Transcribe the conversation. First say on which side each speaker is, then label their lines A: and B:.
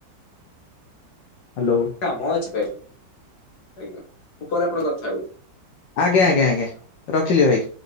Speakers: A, on the left (about 75°); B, on the left (about 60°).
A: ହ୍ୟାଲୋ
B: କାମ ଅଛି ଭାଇ ଆଜ୍ଞା ମୁଁ ପରେ ଆପଣଙ୍କ କଥା ହେଉଛି।
A: ଆଜ୍ଞା ଆଜ୍ଞା ଆଜ୍ଞା ରଖିଲି ଭାଇ।